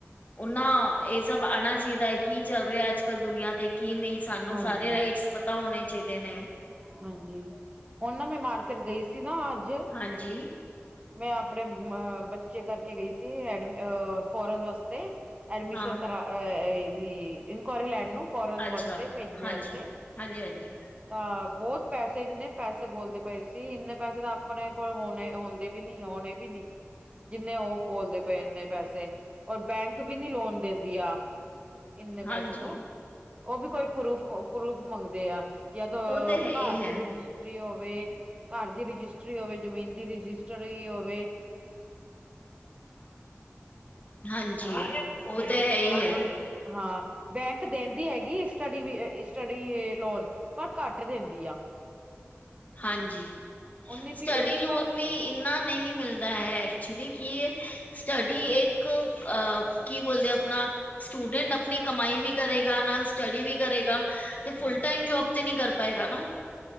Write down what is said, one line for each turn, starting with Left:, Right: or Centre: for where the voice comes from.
Left: ਓਨਾਂ, ਇਹ ਸਭ ਆਉਣਾ ਚਾਹੀਦਾ ਹੈ। ਕੀ ਚੱਲ ਰਿਹਾ ਅੱਜ ਅਕਲ ਦੁਨੀਆਂ ਤੇ ਕੀ ਨਹੀਂ, ਸਾਨੂੰ
Right: ਹਾਂਜੀ
Left: ਸਾਰੇ ਰਾਈਟਸ ਪਤਾ ਹੋਣੇ ਚਾਹੀਦੇ ਨੇ।
Right: ਹਾਂਜੀ, ਹੁਣ ਨਾ ਮੈਂ ਮਾਰਕਟ ਗਈ ਸੀ ਨਾ ਅੱਜ।
Left: ਹਾਂਜੀ।
Right: ਮੈਂ ਆਪਣੇ ਅ ਬੱਚੇ ਕਰਕੇ ਗਈ ਸੀ। ਫੋਰਨ ਵਾਸਤੇ ਅਡਮੀਸ਼ਨ
Left: ਹਾਂ
Right: ਕਰ ਅ ਇਹਦੀ। ਇਨਕੁਆਇਰੀ ਲੈਣ ਨੂੰ ਫੋਰਨ
Left: ਅੱਛਾ
Right: ਵਾਸਤੇ, ਭੇਜਣੇ
Left: ਹਾਂਜੀ
Right: ਵਾਸਤੇ
Left: ਹਾਂਜੀ ਹਾਂਜੀ
Right: ਤਾਂ ਬਹੁਤ ਪੈਸੇ ਇੰਨੇ ਪੈਸੇ ਬੋਲਦੇ ਪਏ ਸੀ। ਇੰਨੇ ਪੈਸੇ ਤਾਂ ਆਪਣੇ ਕੋਲ ਹੋਣੇ ਹੁੰਦੇ। ਵੀ ਨੀ ਆਉਣੇ ਵੀ ਨੀ। ਜਿੰਨੇ ਉਹ ਬੋਲਦੇ ਪਏ। ਇੰਨੇ ਪੈਸੇ ਔਰ ਬੈਂਕ ਵੀ ਨੀ ਲੋਨ ਦਿੰਦੀ ਆ। ਇੰਨੇ ਪੈਸੇ
Left: ਹਾਂਜੀ
Right: ਤੋਂ ਉਹ ਵੀ ਕੋਈ ਪਰੂਫ-ਪਰੂਫ ਮੰਗਦੇ ਆ। ਜਦ
Left: ਉਹ ਤੇ ਹੈ ਹੀ
Right: ਘਰ
Left: ਹੈ
Right: ਦੇ ਰਜਿਸ ਹੋਵੇ ਘਰ ਦੀ ਰਜਿਸਟਰੀ ਹੋਵੇ, ਜਮੀਨ ਦੀ ਰਜਿਸਟਰੀ ਹੋਵੇ।
Left: ਹਾਂਜੀ,
Right: ਹੈਲੋ
Left: ਉਹ
Right: ਹਾਂਜੀ
Left: ਤੇ ਹੈ
Right: ਅ,
Left: ਹੀ ਹੈ।
Right: ਹਾਂ। ਬੈਂਕ ਦੇਣ ਦੀ ਹੈਗੀ ਸਟੱਡੀ ਵੀ ਸਟੱਡੀ ਲੋਨ ਪਰ ਘੱਟ ਦਿੰਦੀ ਆ।
Left: ਹਾਂਜੀ,
Right: ਉਨੀ
Left: ਸਟੱਡੀ
Right: ਫੀ ਉਸ
Left: ਲੋਨ
Right: ਤੋਂ
Left: ਵੀ ਇੰਨਾ ਨਹੀਂ ਮਿਲਦਾ ਹੈ। ਐਕਚੁਲੀ ਕਿ ਸਟੱਡੀ ਇੱਕ ਅ ਕੀ ਬੋਲਦੇ, ਆਪਣਾ ਸਟੂਡੈਂਟ ਆਪਣੀ ਕਮਾਈ ਵੀ ਕਰੇਗਾ। ਨਾਲ ਸਟੱਡੀ ਵੀ ਕਰੇਗਾ। ਤੇ ਫੁਲ
Right: ਹਾਂਜੀ
Left: ਟਾਈਮ ਜੋਬ ਤੇ ਨੀ ਕਰ ਪਾਏਗਾ ਨਾ।